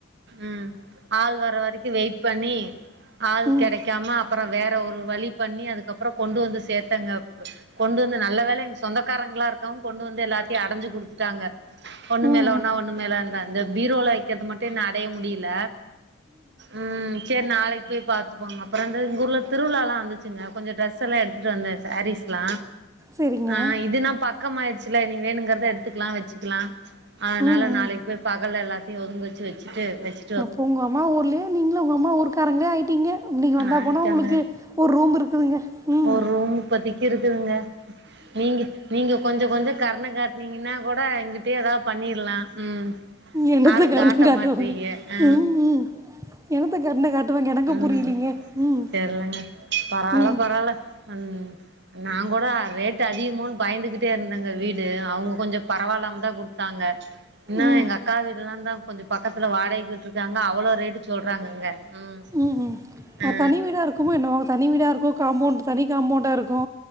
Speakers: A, on the right (about 60°); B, on the right (about 15°).
A: ம் ஆள் வர வரைக்கு வெயிட் பண்ணி ஆள்
B: ம்,
A: கெடைக்காம அப்பற வேற ஒரு வழி பண்ணி அதுக்கப்பறோ கொண்டு வந்து சேத்தங்கப்பு கொண்டு வந்து நல்ல வேல எங்க சொந்தக்காரங்களா இருக்காவு கொண்டு வந்து எல்லாத்தையு அடஞ்சு குடுத்துட்டாங்க ஒண்ணு
B: ம், ம்,
A: மேல ஒன்னா ஒண்ணு மேல இந்தா அந்த பீரோல வெக்கிறது மட்டும் இன்னு அடைய முடியல ம் செர் நாளைக்கு போய் பாத்துப்போங்க அப்பறன் எங்க ஊர்ல திருவிழாலா வந்துச்சுங்க கொஞ்சோ டிரரெஸ் எல்லா எடுத்துட்டு வந்த சேரீஸ்ல்லா
B: சரிங்க.
A: ஆ இதுன்னா பக்கம்மாயிடுச்சுல இனி வேணுங்கிறத எடுத்துக்லா வச்சுக்லா அதனால
B: ம்,
A: நாளைக்கு
B: ம்.
A: போய் பகல்ல எல்லாத்தையு ஒதுங்க வெச்சு வெச்சிட்டு வெச்
B: அப்போ உங்க அம்மா ஊர்லையே நீங்களு உங்க அம்மா ஊர்க்காரங்களே ஆயிட்டீங்க நீங்க வந்தா
A: ஆயிட்டாங்க
B: போனா உங்ளுக்கு ஒரு ரூம் இருக்குதுங்க ம்
A: ஒரு ரூம் இப்பத்திக்கு இருக்குதுங்க நீங்க நீங்க கொஞ்சோ கொஞ்சோ கருண காட்டனீங்கன்னா கூட இங்கிட்டயே ஏதாவது பண்ணிர்லா ம்
B: என்னத்தை
A: ஆரும்
B: கருணை
A: காட்ட
B: காட்டுவாங்க
A: மாட்றீக ஹ
B: ம் ம் என்னத்த கருண காட்டுவாங்க எனக்கு
A: ம்
B: புரியலீங்க ம்
A: தெர்லங்க பரவால்ல
B: ம்
A: பரவால்ல ம் நாங்கூட ரேட்டு அதிகமோன் பயந்துகிட்டே இருந்தங்க வீட் டு அவங்க கொஞ்சம் பரவால்லாம்தா குட்த்தாங்க இன்னு
B: ம்
A: எங்க அக்கா வீடல்லாந்த கொஞ்சம் பக்கத்துல வாடகைக்கு விட்டு இருக்காங்க அவ்வளோ ரேட்டு சொல்றாங்கங்க ம்
B: ம் உம்
A: ஆ
B: அது தனி வீடா இருக்குமோ என்னவோ தனி வீடா இருக்கோ காம்பௌவ்ண்ட் தனிக் காம்பௌவ்ண்ட்டா இருக்கு